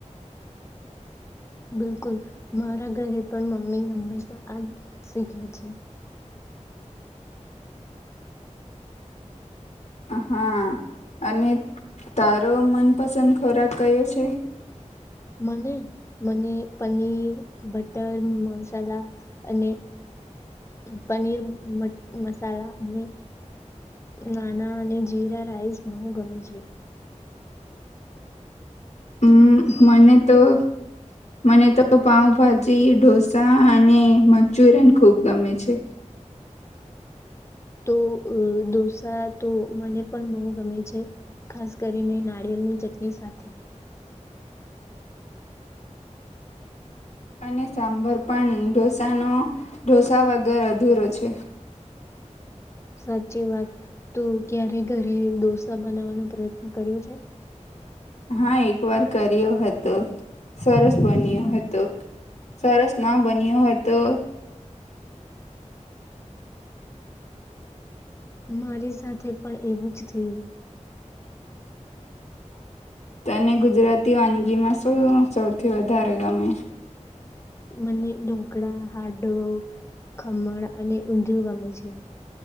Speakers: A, on the left; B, on the left.
A: બિલકુલ મારા ઘરે પણ મમ્મી હંમેશા આજ શીખ્યું છે.
B: હા અને તારો મનપસંદ ખોરાક કયો છે.
A: મને મને પનીર બટર મસાલા અને પનીર મ મસાલા અને નાના અને જીરા રાઈસ બહુ ગમે છે.
B: હમ મને તો મને તો પાઉભાજી ઢોસા અને મંચુરિયન ખુબ ગમે છે.
A: તો અ ડોસા તો મને પણ બહુ ગમે છે ખાસ કરીને નારિયેળની ચટણી સાથે
B: અને સાંભર પણ ઢોસાનો ઢોંસા વગર અધૂરો છે.
A: સાચી વાત તું ક્યારે ઘરે ઢોસા બનાવવાનો પ્રયત્ન કર્યો છે.
B: હા એક વાર કર્યો હતો સરસ બન્યો હતો સરસ ના બન્યો હતો.
A: મારી સાથે પણ એવું જ થયું
B: તને ગુજરાતી વાનગીમાં શું સૌથી વધારે ગમે
A: મને ઢોકળા હાંડો ખમણ અને ઊંધિયું ગમે છે